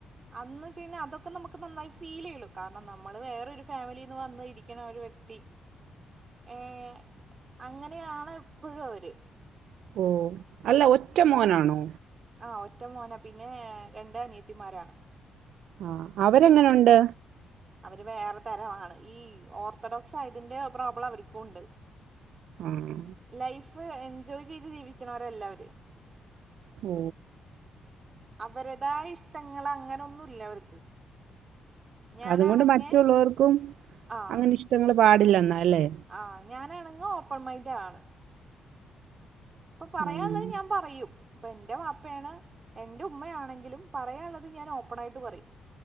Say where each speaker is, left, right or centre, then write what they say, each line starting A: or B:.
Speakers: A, on the right (about 25°); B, on the right (about 80°).
A: അന്ന് വെച്ച് കഴിഞ്ഞാൽ അതൊക്കെ നമുക്ക് നന്നായി ഫീൽ ചെയ്യുല്ലോ കാരണം നമ്മള് വേറെൊരു ഫാമിലീന്ന് വന്ന് ഇരിക്കണ ഒരു വ്യക്തി ഏഹ് അങ്ങനെയാണ് എപ്പോഴും അവര്
B: ഓഹ് അല്ല ഒറ്റ മോനാണോ
A: ആഹ് ഒറ്റ മോന പിന്നെ രണ്ട് അനിയത്തിമാരാണ്
B: ആഹ് അവരെങ്ങനൊണ്ട്
A: അവര് വേറെ തരമാണ് ഈ ഓർത്തഡോക്സ് ആയതിൻ്റെ പ്രോബ്ലം അവർക്കും ഉണ്ട്
B: ആഹ്
A: ലൈഫ് എൻജോയ് ചെയ്ത് ജീവിക്കണവരല്ല അവര്
B: ഓ
A: അവരതായ ഇഷ്ടങ്ങള് അങ്ങനൊന്നുല്ല അവർക്ക് ഞാനാണെങ്കെ
B: അതുകൊണ്ട് മറ്റുള്ളവർക്കും
A: ആഹ്
B: അങ്ങനിഷ്ടങ്ങള് പാടില്ലെന്നാ അല്ലേ.
A: ആഹ് ഞാനാണങ്ങ ഓപ്പൺ മൈന്റാണ് അപ്പൊ പറയാൻള്ളത്
B: ആഹ്
A: ഞാൻ പറയും. ഇപ്പൊ എന്റെ വാപ്പേണ് എൻ്റെ ഉമ്മയാണെങ്കിലും, പറയാൻള്ളത് ഞാൻ ഓപ്പണായിട്ട് പറയും.